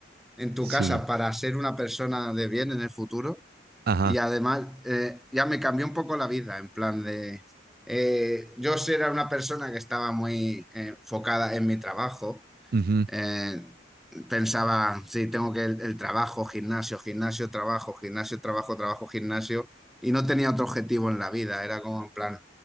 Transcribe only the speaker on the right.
Sí.
Ajá.
ujú,